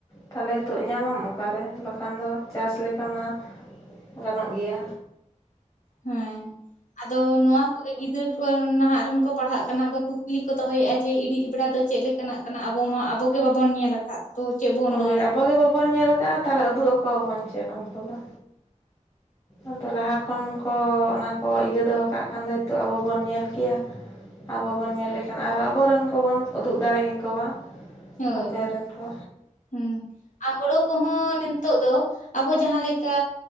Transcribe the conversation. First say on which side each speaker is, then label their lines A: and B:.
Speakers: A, on the left (about 25°); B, on the left (about 75°).
A: ᱛᱟᱦᱚᱞᱮ ᱦᱤᱛᱚᱜ ᱧᱟᱢᱟᱢ ᱚᱠᱟᱨᱮ ᱵᱟᱠᱷᱟᱱ ᱫᱚ ᱪᱟᱥ ᱞᱮᱠᱟᱢᱟ ᱜᱟᱱᱚᱜ ᱜᱮᱭᱟ
B: ᱦᱮᱸ ᱟᱫᱚ ᱱᱚᱣᱟ ᱠᱚᱜᱮ ᱜᱤᱫᱽᱨᱟᱹ ᱠᱚ ᱱᱟᱦᱟᱜ ᱨᱮᱱ ᱠᱚ ᱯᱟᱲᱦᱟᱜ ᱠᱟᱱᱟ ᱟᱫᱚ ᱠᱩᱠᱞᱤ ᱠᱚ ᱫᱚᱦᱚᱭᱮᱫᱼᱟ ᱡᱮ ᱤᱲᱤᱡ ᱵᱮᱲᱟ ᱫᱚ ᱪᱮᱫᱮ ᱞᱮᱠᱟ ᱪᱮᱠᱱᱟᱜ ᱠᱟᱱᱟ ᱟᱵᱚ ᱢᱟ ᱟᱵᱚᱜ ᱜᱮ ᱵᱟᱵᱚᱱ ᱧᱮᱞ ᱟᱠᱟᱫ ᱛᱚ ᱪᱮᱫ ᱵᱚᱱ
A: ᱦᱳᱭ
B: ᱞᱟᱹᱭᱟ
A: ᱟᱵᱚᱜ ᱜᱮ ᱵᱟᱵᱚᱱ ᱧᱮᱞ ᱟᱠᱟᱟᱜᱼᱟ ᱛᱟᱦᱟᱞᱮ ᱩᱫᱩᱜ ᱟᱠᱚᱣᱟᱵᱚᱱ ᱪᱮᱫ ᱩᱱᱠᱩ ᱫᱚ ᱟᱫᱚ ᱞᱟᱦᱟ ᱠᱷᱚᱱ ᱠᱚ ᱚᱱᱟ ᱠᱚ ᱤᱭᱟᱹ ᱫᱚᱦᱚ ᱠᱟᱜ ᱠᱷᱟᱱ ᱫᱚ ᱦᱤᱛᱚᱜ ᱟᱵᱚ ᱵᱚᱱ ᱧᱮᱞ ᱠᱮᱭᱟ ᱟᱵᱚ ᱵᱚᱱ ᱧᱮᱞ ᱞᱮᱠᱷᱟᱱ ᱟᱨᱚ ᱟᱵᱚᱨᱮᱱ ᱠᱚᱵᱚᱱ ᱩᱫᱩᱜ ᱫᱟᱲᱮ ᱠᱮᱠᱚᱣᱟ
B: ᱦᱳᱭ
A: ᱦᱟᱯᱮᱱ ᱨᱮᱱ ᱠᱚ
B: ᱦᱩᱸ ᱟᱨ ᱦᱳᱲᱳ ᱠᱚᱦᱚᱸ ᱱᱤᱛᱚᱜ ᱫᱚ ᱟᱵᱚ ᱡᱟᱦᱟᱸ ᱞᱮᱠᱟ